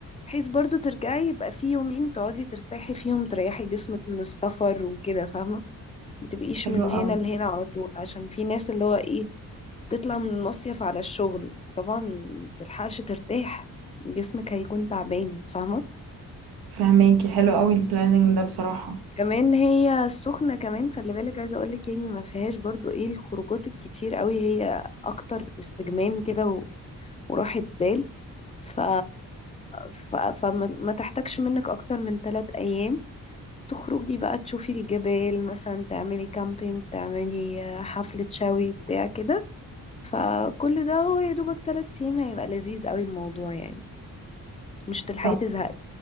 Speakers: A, on the left; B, on the right.
A: بحيث برضو ترجعي يبقى في يومين تقعدي ترتاحي فيهم تريحي جسمك من السفر وكده فاهمة ما تبقيش
B: حلو
A: من هنا
B: أوي.
A: لهنا على طول عشان في ناس اللي هو ايه تطلع من المصيف على الشغل فطبعا متلحقش ترتاح جسمك هيكون تعبان فاهمة
B: فهماكي حلو قوي البلاننج ده بصراحة
A: كمان هي السخنة كمان خلي بالك عايزة اقولك يعني ما فيهاش برضو ايه الخروجات الكتير قوي هي اكتر استجمام كده و- وراحة بال ف... ف... فما ما تحتاجش منك اكتر من ثلاث ايام تخرجي بقى تشوفي الجبال مثلا تعملي كامبينج تعملي آه، حفلة شوي بتاع كده فكل ده هو يا دوبك ثلاث ايام هيبقى لذيذ قوي الموضوع يعني مش تلحقي
B: طب
A: تزهقي